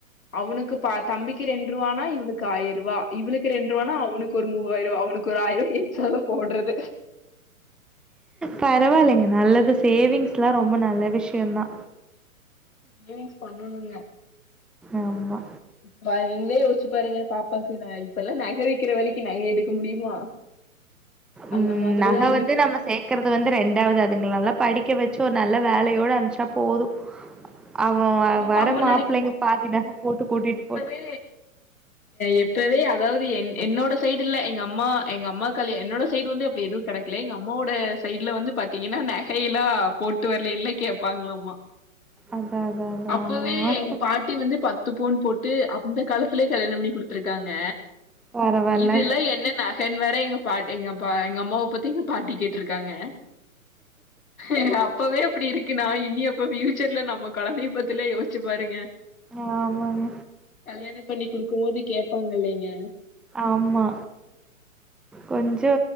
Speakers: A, on the left; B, in the centre.
A: அவனுக்கு பா தம்பிக்கு ரெண்று ரூவானா இவனுக்கு ஆயர் ரூவா இவளுக்கு ரெண்டு ரூவானா அவனுக்கு ஒரு மூவாயர் ரூவா அவனுக் ஒரு ஆயர் ரூவா எச்சாதா போட்றது
B: பரவாயில்லங் நல்லது சேவிங்ஸ்ல்லா ரொம்ப நல்லது விஷ்யந்தா
A: சேவிங்ஸ் பண்ணணுங்க
B: ஆம்மா
A: இப்ப நீங்களே யோசிச்சு பாருங்க பாப்பாக்கு நா இப்பெல்லா நகவிக்கிற வெலைக்கு நகை எடுக்க முடியுமா அந்த
B: ம்
A: மாதிரிதா
B: நக
A: இருக்கு
B: வந்து நம்ம சேக்கறது வந்து ரெண்டாவது அதுங்கலெல்லா படிக்க வெச்சு ஒரு நல்ல வேலையோட அனுப்ச்சா போது அவ
A: அப்டின்னு
B: வர
A: நம்ம
B: மாப்ளங்க பாதி நக போட்டு கூட்டிட்டு போட்டு
A: தே இப்பவே அதாவது என் என்னோட சைடுல்ல எங்க அம்மா எங்க அம்மா கல்யா என்னோட சைடு வந்து அப்டி எதும் கெட இல்ல எங்க அம்மாவோட சைடுல வந்து பாத்தீங்கன்னா நகையல்லா போட்டு வரலேன்ல கேப்பாங்களாம்மா
B: அதான் அதான் அதான்.
A: அப்பவே எங் பாட் ட்டி வந்து பத்து போன் போட்டு அந்த காலத்துலே கல்யாண பண்ணி குடுத்துருக்காங்க
B: பரவால்ல.
A: இதுல்லா என்ன நகன் வேற எங்க பாட்டி எங்கப்ப எங்க அம்மாவ பத்தி பாட்டி கேட்டுருக்காங்க எங்க அப்பவே அப்டி இருக் க்குனா நா இனி அப்ப பியூச்சர்ல நம்ம கொழந்தைய பத்திலா யோசிச்சு பாருங்க
B: ஆமாங்க
A: கல்யாண பண்ணி குடுக்கும் போது கேப்பாங்க இல்லேங்க
B: ஆம்மா கொஞ்சோ